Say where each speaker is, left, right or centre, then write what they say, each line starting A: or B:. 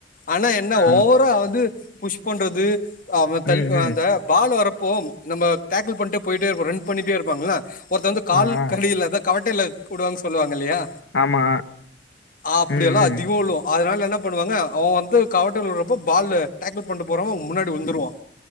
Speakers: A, on the left; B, on the left.
A: ஆனா என்ன
B: ஆ
A: ஓவரா அது புஷ் பண்றது அவன் தள்ளி
B: ம், ம்.
A: அந்த பால் வரப்போ நம்ம டேக்கள் பண்ட்டு போயிட்டே இருப்போ ரன் பண்ட்டே இருப்பாங்கல்ல ஒருத்தன் வந்து
B: ஆ,
A: கால்
B: ஆ.
A: கடியில அதா கவட்டையில கூடுவாங்கனு சொல்லுவாங்கில்லையா
B: ஆமா
A: அப்டியெல்லா
B: ம், ம்.
A: அதிகோ அதனால என்ன பண்ணுவாங்க அவன் வந்து கவட்டைல விடறப்போ பாலு டேக்கள் பண்ட்டு போறவன் முன்னாடி விழ்ந்துருவான்